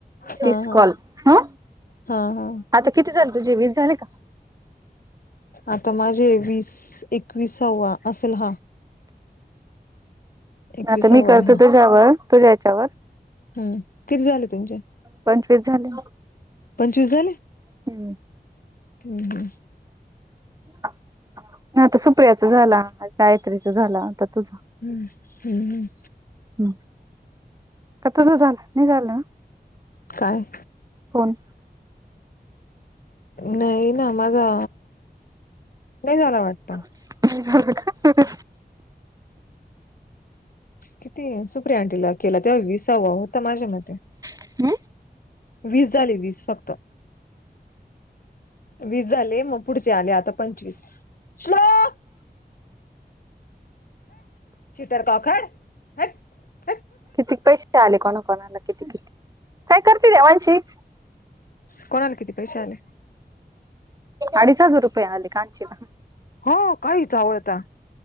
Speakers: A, on the left (about 55°); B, on the right (about 20°).
A: हा
B: तीस
A: हा
B: कॉल ह.
A: हा हा.
B: आता किती झाले तुझे वीस झाले का?
A: आता माझे वीस एकवीसावा असेल हा. एकविसावा
B: आता मी करतो
A: आहे
B: तुझ्यावर तुझ्या याच्यावर
A: हम् किती झाले तुमचे
B: पंचवीस झाले
A: पंचवीस झाले?
B: हम्म.
A: हम्म हम्म
B: नाही आता सुप्रियाच झाला गायत्रीच झाला आता तुझा
A: हम्म हम्म हम्.
B: ह का तस झालं नाही झालं ना?
A: काय?
B: कोण?
A: नाही ना माझा नाही झाला वाटत.
B: नाही झालं का?
A: किती सुप्रिया ऑंटीला केला तेव्हा विसावा होता माझ्या मते
B: का
A: वीस झाले वीस फक्त. वीस झाले मग पुढचे आले आता पंचवीस श्लोक चिटर काखाय हट्
B: किती पैसे आले कोणा कोणाला किती किती काय करतील त्या वंशि
A: कोणाला किती पैशे आले?
B: अडीच हजार रूपये आले काांचीला.
A: हो काही चावळता